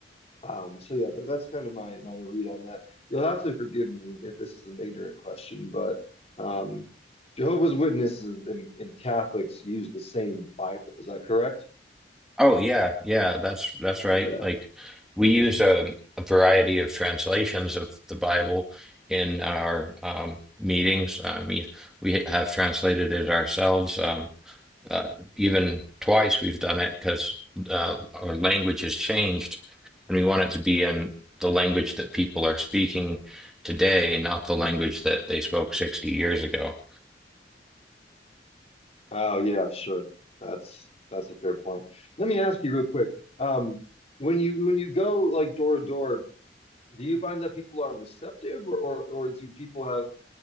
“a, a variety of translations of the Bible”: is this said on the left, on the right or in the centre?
Centre